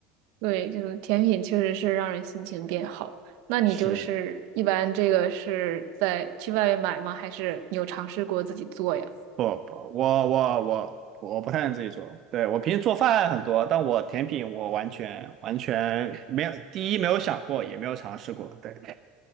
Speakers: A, on the right; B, on the right.
A: 对，就是甜品确实是让人心情变好。那你就是一般这个是在去外面买吗？
B: 是的，
A: 还是你有尝试过自己做呀？
B: 不不，我我我我不太能自己做，对，我平时做饭很多，但我甜品我完全完全没有，第一没有想过，也没有尝试过，对。